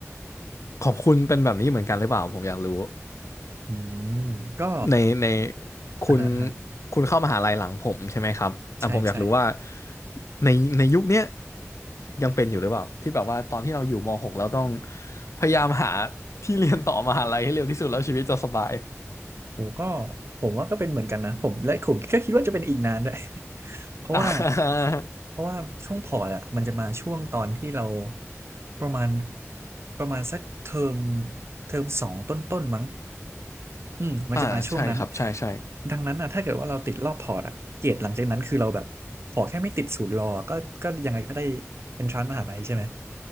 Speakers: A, on the left; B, on the right.
A: ของคุณเป็นแบบนี้เหมือนกันหรือเปล่าผมอยากรู้
B: อืมก็
A: ในในคุณ
B: อ่าฮะอ่าฮะ
A: คุณเข้ามหาลัยหลังผมใช่ไหมครับอ่ะผมอยากรู้ว่า
B: ใช่ใช่
A: ในในยุคเนี้ยยังเป็นอยู่หรือเปล่าที่แบบว่าตอนที่เราอยู่ม .6 เราต้องพยายามหาที่เรียนต่อมหาลัยให้เร็วที่สุดแล้วชีวิตจะสบาย
B: โอ้ก็ผมว่าก็เป็นเหมือนกันนะผมและผมก็คิดว่าจะเป็นอีกนานด้วย <laughs> เพราะว่า
A: <laughs> อ่า
B: เพราะว่าช่วงพอร์ตอะมันจะมาช่วงตอนที่เราประมาณประมาณสักเทอมเทอมสองต้นต้นมั้งอืมมันจะมาช่วงนั้น
A: อ่าใช่ครับใช่ใช่
B: ดังนั้นอะถ้าเกิดว่าเราติดรอบพอร์ตอะเกรดหลังจากนั้นคือเราแบบขอแค่ไม่ติดศูนย์รอก็ก็ยังไงก็ได้เอนทรานซ์มหาลัยใช่ไหม